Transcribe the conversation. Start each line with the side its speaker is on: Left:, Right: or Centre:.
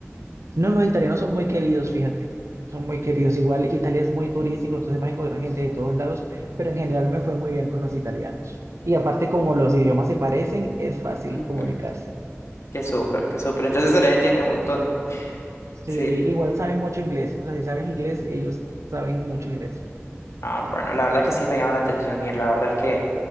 Right: No, los italianos son muy queridos, fíjate. Son muy queridos. Igual Italia es muy turístico, entonces vas a encontrar gente de todos lados, pero en general me fue muy bien con los italianos. Y aparte, como los idiomas se parecen, es fácil
Left: Ujú,
Right: comunicarse.
Left: Qué súper, qué súper, entonces se les entiende un montón,
Right: Sí,
Left: sí.
Right: igual saben mucho inglés. O sea, si sabes inglés, ellos saben mucho inglés.
Left: Ah, bueno, la verdad es que sí me llama la atención ir. La verdad es que